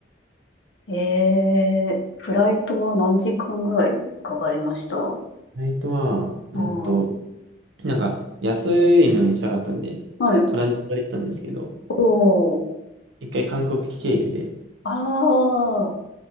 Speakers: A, on the left; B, on the right.
A: えー、フライトは何時間ぐらいかかりましたう
B: フライトは、うんと、
A: ん。は
B: なんか安いのにしたかったんで、
A: い。
B: トランジットで行ったんですけど、
A: おー。
B: 一回韓国経由で、
A: あー。